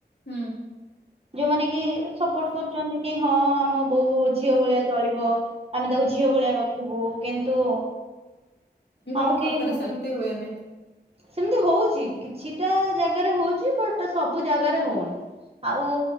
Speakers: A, on the left; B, on the right.
A: ହୁଁ।
B: ଯୋଉମାନେ କି ସପୋର୍ଟ କରୁଛନ୍ତି କି ହଁ ଆମ ବୋହୂ ଝିଅ ଭଳିଆ ଚଳିବ। ଆମେ ତାକୁ ଝିଅ ଭଳିଆ ରଖିବୁ କିନ୍ତୁ
A: କି ସେଟା
B: ଆଉ କେହି
A: ସତରେ
B: ନୁହଁ।
A: ସେମିତି ହୁଏନି।
B: ସେମିତି ହଉଛି କିଛିଟା ଜାଗାରେ ହଉଛି ବଟ୍ ସବୁ ଜାଗାରେ ହଉନି। ଆଉ